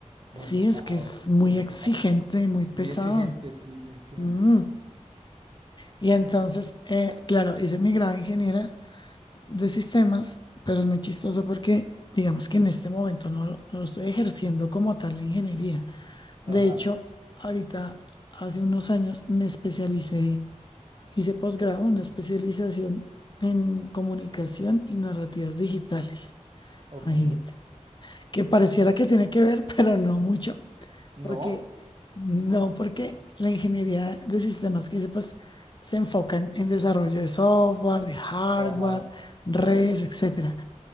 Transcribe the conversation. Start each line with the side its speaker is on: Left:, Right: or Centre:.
Right: Muy
Left: sí,
Right: pesado,
Left: es que es muy
Right: muy
Left: exigente,
Right: pesado.
Left: muy pesado.
Right: Muy exigente, sí, muy exigente.
Left: Mm. Y entonces, eh, claro, hice mi grado de ingeniera de sistemas, pero es muy chistoso porque, digamos que en este momento no, lo- no lo estoy ejerciendo como tal la ingeniería De
Right: Ajá,
Left: hecho, ahorita, hace unos años, me especialicé, hice posgrado, una especialización en comunicación y narrativas digitales.
Right: ok.
Left: Imagínate. Que pareciera que tiene que ver, <laughs> pero no mucho,
Right: ¿No?
Left: porque no, porque la ingeniería de sistemas que hice, pues, se enfocan en desarrollo de software, de hardware,
Right: Ajá,
Left: redes, etcétera.